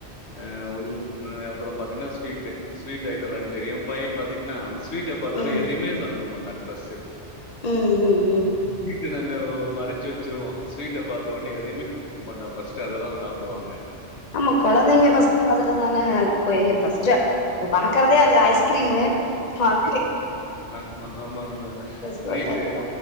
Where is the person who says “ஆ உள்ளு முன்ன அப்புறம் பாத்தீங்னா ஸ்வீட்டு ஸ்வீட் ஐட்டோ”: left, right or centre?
Left